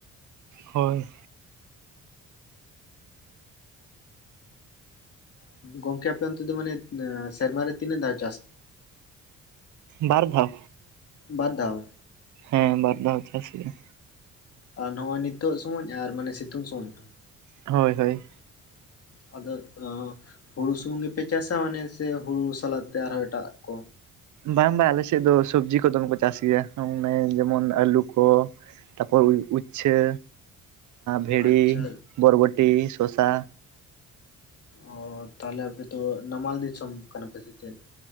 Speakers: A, on the right; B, on the left.
A: ᱦᱳᱭ
B: ᱜᱚᱝᱠᱮ ᱟᱯᱮ ᱚᱱᱛᱮ ᱫᱚ ᱢᱟᱱᱮ ᱥᱮᱨᱢᱟᱨᱮ ᱛᱤᱱᱟᱹᱜ ᱫᱷᱟ
A: ᱵᱟᱨ ᱫᱷᱟᱣ
B: ᱵᱟᱨ ᱫᱷᱟᱣ
A: ᱦᱮᱸ ᱵᱟᱨ ᱫᱷᱟᱣ ᱪᱟᱥ ᱦᱩᱭᱩᱜ ᱟ
B: ᱟᱨ ᱱᱚᱜᱚᱭ ᱱᱤᱛᱳ ᱥᱚᱢᱚᱭ ᱟᱨ ᱢᱟᱱᱮ ᱥᱤᱛᱩᱝ ᱥᱚᱢᱚᱭ ᱦᱚᱸ
A: ᱦᱳᱭ ᱦᱳᱭ
B: <inaudible> ᱟᱫᱚ ᱦᱩᱲᱩ ᱥᱩᱢᱩᱝ ᱜᱮᱯᱮ ᱪᱟᱥᱟ ᱢᱟᱱᱮ ᱥᱮ ᱦᱩᱲᱩ ᱥᱟᱞᱟᱜ ᱛᱮ ᱟᱨᱦᱚᱸ ᱮᱴᱟᱜ ᱠᱚ
A: ᱵᱟᱝ ᱵᱟᱝ ᱟᱞᱮ ᱥᱮᱫ ᱫᱚ ᱥᱚᱵᱽᱡᱤ ᱠᱚᱫᱚᱢ ᱠᱚ ᱪᱟᱥ ᱜᱮᱭᱟ ᱟᱱᱮ ᱡᱮᱢᱚᱱ ᱟᱹᱞᱩ ᱠᱚ ᱛᱟᱯᱚᱨ ᱩᱪᱷᱟᱹ ᱵᱷᱮᱲᱤ
B: ᱟᱪᱪᱷᱟ
A: ᱵᱚᱨᱵᱚᱴᱤ ᱥᱚᱥᱟ
B: ᱚ ᱛᱟᱦᱚᱞᱮ ᱟᱯᱮ ᱛᱚ ᱱᱟᱢᱟᱞ ᱫᱤᱥᱚᱢ ᱠᱟᱱᱟᱯᱮ ᱥᱮ ᱪᱮᱫ?